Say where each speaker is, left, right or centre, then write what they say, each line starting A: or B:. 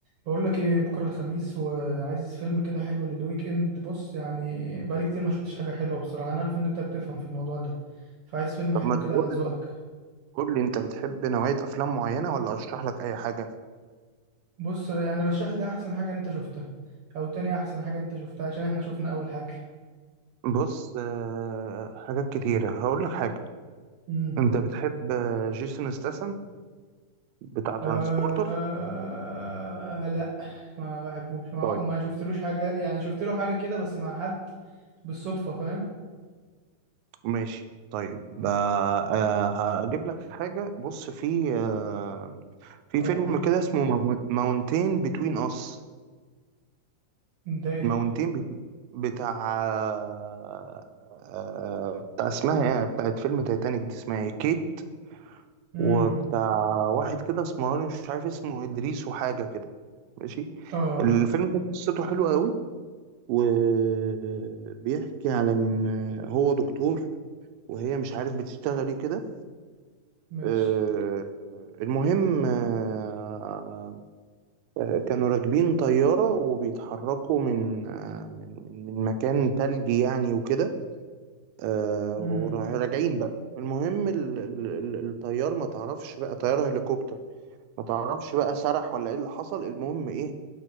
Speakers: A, on the right; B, on the right.
A: بقول لك ايه بكره الخميس وعايز فيلم كده حلو للويك اند بص يعني بقالي كتير ما شفتش حاجه حلوه بصراحه انا عارف ان انت بتفهم في الموضوع ده فعايز فيلم
B: طب
A: حلو
B: ما تقول
A: كده على ذوقك
B: قول لي انت بتحب نوعية افلام معينة ولا اشرح لك اي حاجة
A: بص يعني رشح لي احسن حاجه انت شفتها او تاني احسن حاجه انت شفتها عشان احنا شفنا اول حاجه
B: بص آه، حاجات كتيرة هقول لك حاجة
A: امم
B: انت بتحب آه، جيسون ستاثام بتاع ترانسبورتر
A: آه... لا ما بحبوش ما,
B: طيب
A: ما شفتلوش حاجه يعني شفت له حاجه كده بس مع حد بالصدفه فاهم
B: ماشي طيب آه، آه، هجيب لك حاجة بص في آه، في
A: اه
B: فيلم كده اسمه ماونتين بتوين اس
A: ده ايه
B: ماونتين
A: ده
B: بتاع آه، آه، بتاع اسمها ايه بتاعت فيلم تايتانيك دي اسمها ايه كيت
A: امم
B: وبتاع واحد كده اسمراني مش عارف اسمه إدريس وحاجة كده ماشي
A: اه
B: الفيلم ده قصته حلوة قوي وبيحكي على إن هو دكتور وهي مش عارف بتشتغل إيه كده
A: ماشي
B: آه، المهم آه، آه، كانوا راكبين طيارة وبيتحركوا من آه، من من مكان تلجي يعني وكده آه، وراجعين
A: امم
B: بقى المهم ال- ال- ال- الطيار ما تعرفش بقى طيارة هليكوبتر ما تعرفش بقى سرح ولا ايه اللي حصل المهم ايه